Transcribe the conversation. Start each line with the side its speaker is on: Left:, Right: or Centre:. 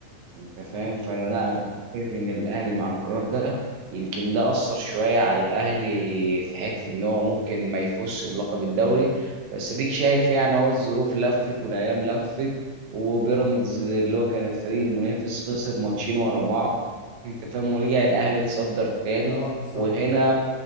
Right: انت فاهم
Left: صح
Right: فانا لا انا كنت شايف ان الاهلي مع القرار ده يمكن ده اثر شويه على الاهلي في حته ان هو ممكن ما يفوزش بلقب الدوري بس اديك شايف يعني هو الظروف لفت والايام لفت وبيراميدز اللي هو كان الفريق المنافس خسر ماتشين ورا بعض انت فاهم ورجع الاهلي يتصدر تاني
Left: اه بالظبط
Right: وهنا